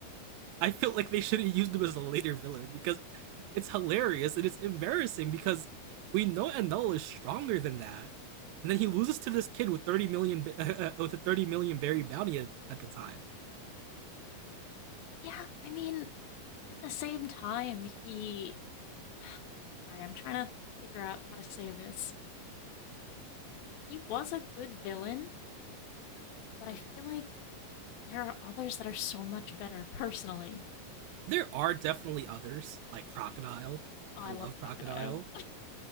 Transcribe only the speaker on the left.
Yeah, I mean, at the same time, he <sighs> Sorry, I'm trying to figure out how to say this. He was a good villain, but I feel like there are others that are so much better personally.
Oh,
I
love
Crocodile.